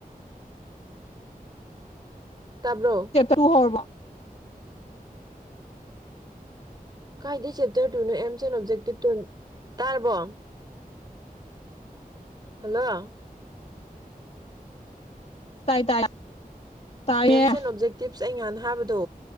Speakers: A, on the right (about 25°); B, on the left (about 45°).
A: ꯇꯥꯕ꯭ꯔꯣ
B: ꯇꯨ ꯍꯔꯕ
A: ꯀꯥꯏꯗ ꯆꯦꯞꯇꯔ ꯇꯨꯅꯣ ꯑꯦꯝꯁ ꯑꯦꯟ ꯑꯣꯞꯖꯦꯛꯇꯤꯞꯇꯨ ꯇꯥꯔꯕꯣ ꯍꯜꯂꯣ
B: ꯇꯥꯏ ꯇꯥꯏ ꯇꯥꯏꯌꯦ
A: ꯑꯦꯝꯁ ꯑꯦꯟ ꯑꯣꯞꯖꯦꯛꯇꯤꯞꯁ ꯑꯩ ꯉꯍꯥꯟ ꯍꯥꯏꯕꯗꯣ